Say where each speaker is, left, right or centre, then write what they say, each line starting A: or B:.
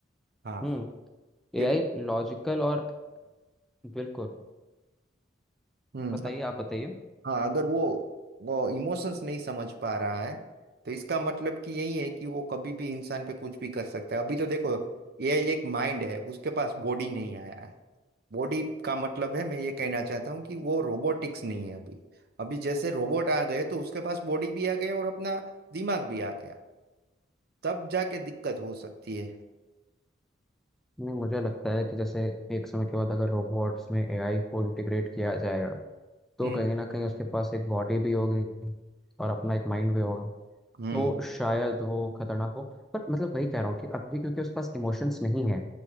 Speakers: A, on the right; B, in the centre.
A: हाँ
B: हम्म
A: क्योंकि
B: एआई लॉजिकल और बिल्कुल
A: हम्म
B: बताइए आप बताइए
A: हाँ अगर वो वो इमोशंस नहीं समझ पा रहा है तो इसका मतलब कि यही है कि वो कभी भी इंसान पे कुछ भी कर सकता है अभी तो देखो ये एक माइंड है उसके पास बॉडी नहीं आया है बॉडी का मतलब है मैं ये कहना चाहता हूँ कि वो रोबोटिक्स नहीं है अभी अभी जैसे रोबोट आ गए तो उसके पास बॉडी भी आ गई और अपना दिमाग भी आ गया तब जाके दिक्कत हो सकती है
B: नहीं मुझे लगता है कि जैसे एक समय के बाद अगर रोबोट्स में एआई को इंटीग्रेट किया जाएगा तो
A: हम्म
B: कहीं ना कहीं उसके पास एक बॉडी भी होगी और अपना एक माइंड भी होगा
A: हम्म
B: तो शायद वो खतरनाक हो पर मतलब वही कह रहा हूँ कि अभी क्योंकि उसके पास इमोशंस नहीं है